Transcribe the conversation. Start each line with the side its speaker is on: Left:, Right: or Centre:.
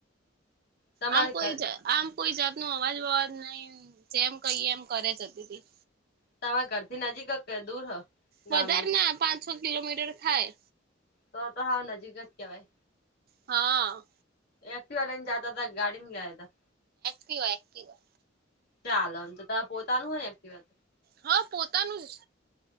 Left: તમારે
Right: આમ કોઈ
Left: ઘર
Right: આમ કોઈ જાત નું અવાજ અવાજ નહી જેમ કહીએ એમ કરે જતી તી.
Left: તમારા ઘરથી નજીક કે દૂર હ. ગામડું
Right: વધારે ના પાંચસો કિલોમીટર થાય.
Left: તો તો હાવ નજીક જ કેવાય.
Right: હા.
Left: એકટીવા લઈને જાતા થા કી ગાડી મેં ગયા થા.
Right: કી હોય કી હોય.
Left: ચાલમ આમતો તમારુ પોતાનું હોય એકટીવા.
Right: હા પોતાનું જ